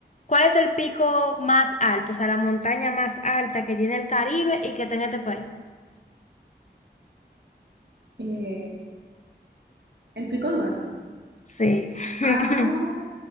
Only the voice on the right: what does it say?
Eh, el pico Duarte.
Ah,